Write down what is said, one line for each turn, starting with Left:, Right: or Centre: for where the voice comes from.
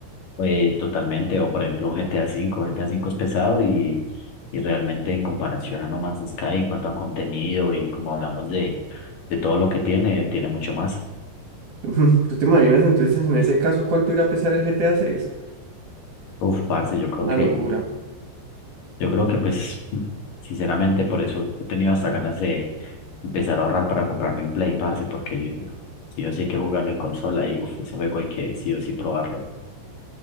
Left: Eh, totalmente, o por ejemplo un GTA V, GTA V es pesado y, y realmente en comparación a No Man's Sky en cuanto a contenido y como hablamos de, de todo lo que tiene, tiene mucho más.
Right: Ujú, ¿Tú te imaginas entonces en ese caso cuánto irá a pesar el GTA 6?
Left: Uf, parce, yo creo
Right: Una
Left: que
Right: locura.
Left: Yo creo que pues, sinceramente, por eso he tenido hasta ganas de empezar a ahorrar para comprarme un Play, parce, porque sí o sí hay que jugarlo en consola y uf, ese juego hay que sí o sí probarlo.